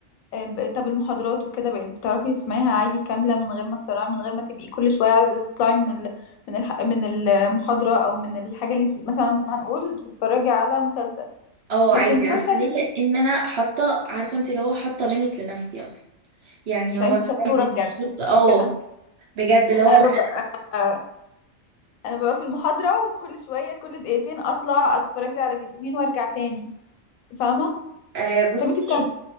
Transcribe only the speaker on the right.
اه
عادي
عارفة ليه لان انا حاطة عارفة انت اللي هو حاطة ليميت لنفسي اصلا يعني
هو
انا
عادي
مش شرط اه
بجد اللي هو
لا
آه بصي